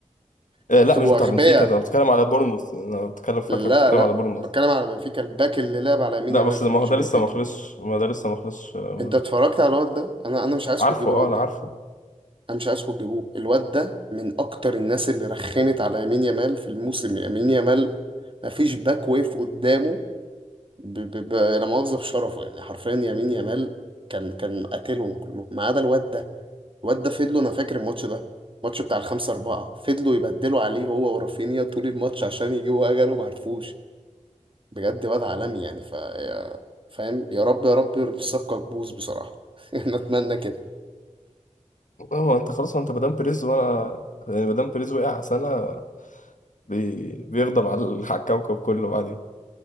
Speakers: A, on the left (about 85°); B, on the right (about 45°).
A: آه
B: انتوا
A: لا
B: تبقوا
A: مش بتاع
B: اغبياء
A: بنفيكا انت بتتكلم على بورنموث انا بتكلم فاكرك
B: لا
A: بتتكلم
B: لا
A: على بورنموث
B: بتكلم على بنفيكا الباك اللي لعب على يمين
A: لا
B: يامال
A: بس
B: في
A: ما
B: ماتش
A: هو ده
B: بنفيكا
A: لسه ما خلصش ما ده لسه ما خلصش ما-
B: انت اتفرجت على الواد ده انا انا مش عايزكم
A: عارفه
B: تجيبوا
A: اه
B: الواد
A: انا
B: ده
A: عارفه
B: انا مش عايزكم تجيبوه الواد ده من اكتر الناس اللي رخمت على يمين يامال في الموسم يمين يامال مفيش باك ويف قدامه ب... ب... ب... لا مؤاخذة في شرفه يعني حرفيا يمين يامال كان كان قاتلهم كلهم ما عدا الواد ده الواد ده فضلوا انا فاكر الماتش ده الماتش بتاع الخمسة أربعة فضلوا يبدلوا عليه هو ورافينيا طول الماتش عشان يجيبوا أجله معرفوش بجد واد عالمي يعني ف يا- فاهم يا رب يا رب الصفقة تبوظ بصراحة <laughs> أنا أتمنى كده
A: لا، ما هو انت خلاص ما انت مدام بريز وانا يعني مدام بريز وقع سنة بي... بيغضب على على الكوكب كله بعدين